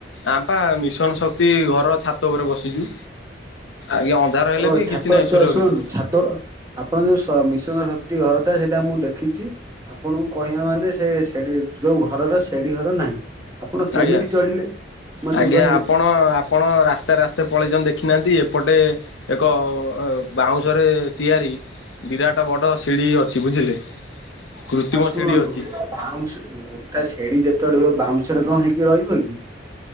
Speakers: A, on the left; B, on the right.
A: ଆମ ପା ମିଶନ ଶକ୍ତି ଘରର ଛାତ ଉପରେ ବସିଛୁ। ଆଜ୍ଞା ଅନ୍ ଦାର
B: ଓ
A: ହେଲେ ବି
B: ଛାତ
A: କିଛି ନାହିଁ
B: ଚା
A: ସୁରକ୍ଷିତ।
B: ଶୁଣନ୍ତୁ ଛାତ, ଆପଣ ଯୋଉ ସ-ମିଶନ ଶକ୍ତି ଘର ଟା ସେଟା ମୁଁ ଦେଖିଛି। ଆପଣଙ୍କୁ କହିବା ମାନେ ସେ ସେଡି ଯୋଉ ଘରର ସେଡି ଘର ନାହିଁ। ଆପଣ କେମିତି
A: ଆଜ୍ଞା
B: ଚଢିଲେ ମୋତେ
A: ଆଜ୍ଞା
B: କହିବେ
A: ଆପଣ
B: କି?
A: ଆପଣ ରାସ୍ତା ରାସ୍ତା ପଳେଇଚନ୍ ଦେଖିନାହାନ୍ତି ଏପଟେ ଏକ ଏ ବାଉଁଶରେ ତିଆରି ବିରାଟ ବଡ ସିଡି ଅଛି ବୁଝିଲେ। କୃତ୍ରିମ
B: ଆଉ ଶୁଣନ୍ତୁ
A: ସିଢି ଅଛି
B: ବାଉଁଶ ଗୋଟା ସେଡି ଯେତେବେଳେ ବାଉଁଶ ରେ କଣ ହେଇକି ରହିବ କି?